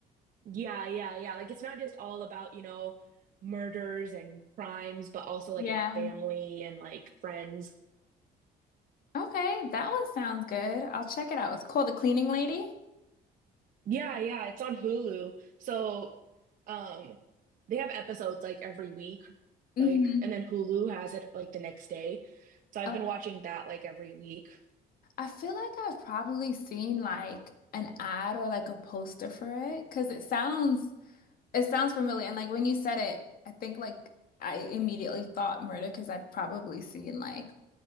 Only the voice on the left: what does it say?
Yeah.
Okay, that one sounds good. I'll check it out. It's called The Cleaning Lady.
Mm-hmm.
Oh,
I feel like I've probably seen like an ad or like a poster for it because it sounds it sounds familiar. And like when you said it, I think like I immediately thought murder because I've probably seen like